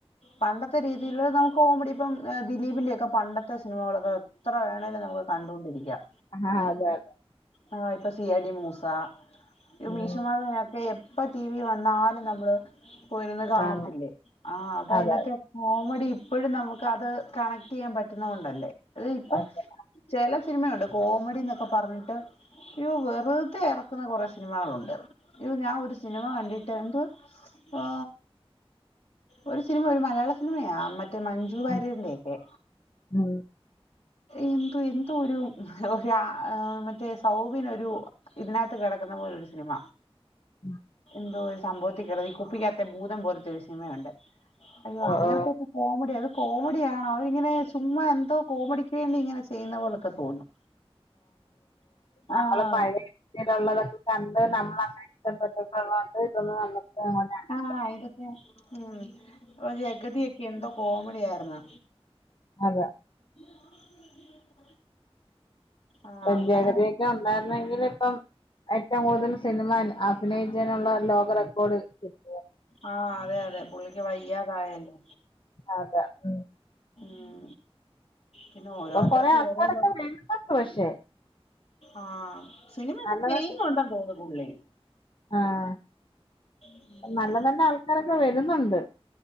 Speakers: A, on the left; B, on the left.
A: പണ്ടത്തെ രീതിയിലുള്ള കോമഡി ഇപ്പം ദിലീപിന്റെയൊക്കെ പണ്ടത്തെ സിനിമകളൊക്കെ എത്ര വേണേലും നമുക്ക് കണ്ടോണ്ടിരിക്കാം
B: ആഹ് അതെ അതെ
A: ആ ഇപ്പം സി ഐ ഡി മൂസ ഇ
B: ഉം
A: മീശമാധവനൊക്കെ എപ്പം ടി വി വന്നാലും നമ്മള് പോയിരുന്ന് കാണത്തില്ലേ
B: കാണും
A: ആ അത് അതിനാത്തെ-
B: അതെ
A: കോമഡി ഇപ്പഴും നമുക്ക് അത് കണക്ട് ചെയ്യാൻ പറ്റുന്നത് കൊണ്ടല്ലേ അത് ഇപ്പം
B: അതെ
A: ചെല സിനിമയുണ്ട് കോമഡിയെന്നൊക്കെ പറഞ്ഞിട്ട് അയ്യോ വെറുതെ എറക്കുന്ന കൊറെ സിനിമകളുണ്ട് യൊ ഞാൻ ഒരു സിനിമ കണ്ടിട്ട് എന്തുവാ ആ ഒരു സിനിമ ഒരു മലയാള സിനിമയാ മറ്റേ മണി മഞ്ജു വാര്യരിൻ്റെക്കെ
B: ഉം ഉം.
A: എന്തോ എന്തൊരു ഒരാ മറ്റേ സൗബിനൊരു ഇതിനാത്ത് കെടക്കുന്ന പോലൊരു സിനിമ
B: അ
A: എന്തോ ഒരു സംഭവത്തിൽ കിട ഈ കുപ്പിക്കാത്തെ ഭൂതം പോലത്തെ ഒരു സിനമയുണ്ട് അയ്യോ
B: ഓ
A: അങ്ങനത്തെകെ
B: ഓ
A: കോമഡി അത് കോമഡിയാണ് അവരിങ്ങനെ ചുമ്മാ എന്തോ കോമഡിക്ക് വേണ്ടി ഇങ്ങനെ ചെയ്യുന്നത് പോലൊക്കെ തോന്നും ആഹ്
B: നമ്മള് പഴയ രീതിയിലൊള്ളതൊക്കെ കണ്ട് നമ്മൾ അങ്ങനെ <unintelligible> <inaudible>
A: ആഹ് ഇതൊക്കെ ഉം ആ ജഗതിയൊക്കെ എന്തോ കോമഡി ആയിരുന്നു
B: അതാ
A: <inaudible> ആഹ്
B: ഇപ്പം
A: അങ്ങനെ
B: ജഗതിയൊക്കെ ഒണ്ടായിരുന്നുയെങ്കിലിപ്പം ഏറ്റവും കൂടുതൽ സിനിമ അ അഭിനയിച്ചതിനുള്ള ലോക റെക്കോർഡ് കിട്ടും -
A: ആഹ് അതെ അതെ പുള്ളിക്ക് വയ്യാതായല്ലോ
B: അതാ ഉം
A: ഉം പിന്നെ ഓരോരുത്തർക്കും
B: ഇപ്പം കൊറേ ആൾക്കാരൊക്കെ
A: ഓരോ ഭ-
B: വരുന്നൊണ്ട് പക്ഷെ
A: ആഹ് സിനിയൊക്കെ
B: നല്ല
A: ചെയ്യുന്നുണ്ടെന്നു തോന്നുന്നു പുള്ളി
B: ആഹ്
A: ഉം
B: നല്ലനല്ല ആൾക്കാരൊക്കെ വരുന്നൊണ്ട്